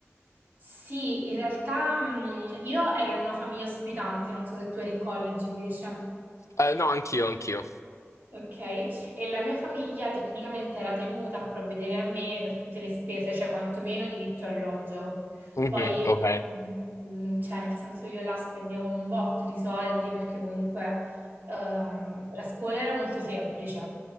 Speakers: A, on the right (about 40°); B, on the left (about 85°).
A: Sì, in realtà mh, io ero in una famiglia ospitante, non so se tu eri in college invece.
B: Eh, no, anch'io, anch'io.
A: Ok, e la mia famiglia tecnicamente era tenuta a provvedere a me per tutte le spese, cioè quantomeno di vitto e alloggio.
B: Mhm,
A: Poi,
B: ok.
A: mm, mm, cioè, nel senso io là spendevo un botto di soldi perché comunque ehm, la scuola era molto semplice,